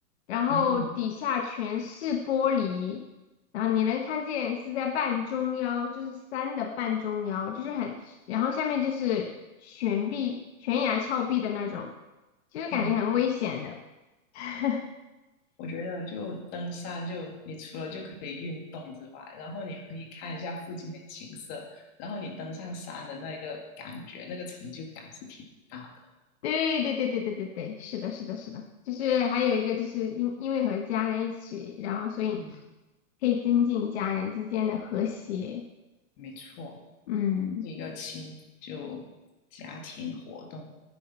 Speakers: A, on the left; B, on the left.
A: 然后底下全是玻璃，
B: 嗯
A: 然后你能看见是在半中腰，就是山的半中腰，就是很，然后下面就是悬臂、悬崖峭壁的那种，就是感觉很危险的。
B: 嗯。
A: <laughs>
B: 我觉得就登山就，你除了就可以运动之外，然后你可以看一下附近的景色，然后你登上山的那个感觉，那个成就感是挺大的。
A: 对对对对对对对，是的，是的，是的，就是还有一个就是因因为和家人一起，然后所以
B: 嗯，
A: 可以增进家人之间的和谐。
B: 没错，
A: 嗯，
B: 是一个亲就家庭活动。